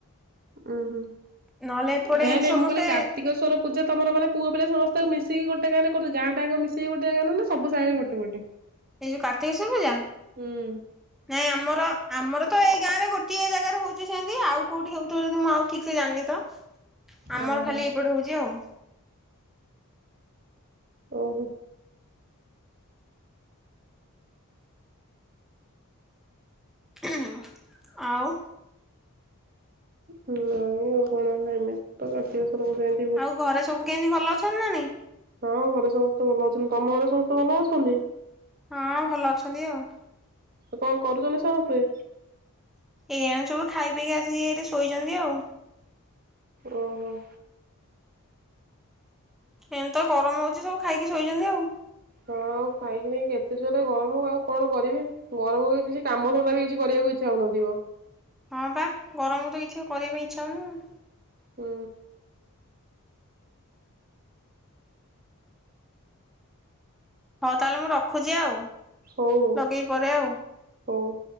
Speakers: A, on the right (about 40°); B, in the centre.
A: ଉଁ ହୁଁ
B: ନହେଲେ ଏପଟେ
A: ନାଇଁ
B: ଏମିତି
A: ନାଇଁ
B: ସମସ୍ତେ
A: ମୁଁ କହିଲି କାର୍ତ୍ତିକସ୍ୱର ପୂଜା ତମର ମାନେ ପୁଅ ପିଲା ସମସ୍ତଙ୍କୁ ମିଶି ଗଟେ ଗାଁ ରେ କରୁ ଗାଁଟାଜାଙ୍କ ମିଶିକି ଗୋଟେ ଜାଗାରେ ନା ସବୁ ସାଇରେ ଗୋଟ ଗୋଟେ?
B: ଏଇ ଯୋଉ କାର୍ତ୍ତିକେଶ୍ୱବ ପୂଜା?
A: ହୁଁ।
B: ନାଇଁ ଆମର ଆମର ତ ଏଇ ଗାଁରେ ଗୋଏ ଜାଗାରେ ହୋଉଚି ସେମିତି ଆଉ କୋଉଠି ହୋଉଥିବ ଯଦି ମୁଁ ଆଉ ଠିକ୍ ସେ ଜାଣିନି ତ ଆମର
A: ଓହୋ।
B: ଖାଲି ଏଇପଟେ ହୋଉଚି ଆଉ।
A: ଓହୋ।
B: ହୁଁ ହୁଁ ଆଉ
A: ନାଇଁ ଆଉ କଣ ଏମିତି ତ କାତିକସ୍ୱର ଯାଆନ୍ତି।
B: ଆଉ ଘରେ ସବୁ କେମିତି ଭଲ ଅଛନ୍ତି ନାହିଁ?
A: ହଁ ଘରେ ସମସ୍ତେ ଭଲ ଅଛନ୍ତି ତମ ଘରେ ସମସ୍ତେ ଭଲ ଅଛନ୍ତି?
B: ହଁ ଭଲ ଅଛନ୍ତି ଆଉ।
A: କଣ କରୁଚନ୍ତି ସମସ୍ତେ?
B: ଏଇଆଣେ ସବୁ ଖାଇ ପିଇକି ଆସିକି ଶୋଇଚନ୍ତି ଆଉ।
A: ଓହୋ।
B: ଏମିତି ତ ଗରମ ହୋଉଚି ସବୁ ଖାଇକି ଶୋଇଚନ୍ତି ଆଉ।
A: ହଁ ଖାଇକିି ହେଇ କେତେ ଜୋରେ ଗରମ ଆଉ କଣ କରିବି। ଗରମରେ କିଛି କାମ ଧନ୍ଦା ବି କିଛି କରିବାକୁଇଛା ହୋଉନଥିବ।
B: ହଁ ବା ଗରମ ତ କିଛି କରିବା ପାଇଁ ଇଛା ହୋଉନି।
A: ହୁଁ।
B: ହଁ ତାହେଲେ ମୁଁ ରଖୁଛି ଆଉ।
A: ହୋଉ ହୋଉ
B: ଲଗେଇକି ପରେ ଆଉ।
A: ହୋଉ।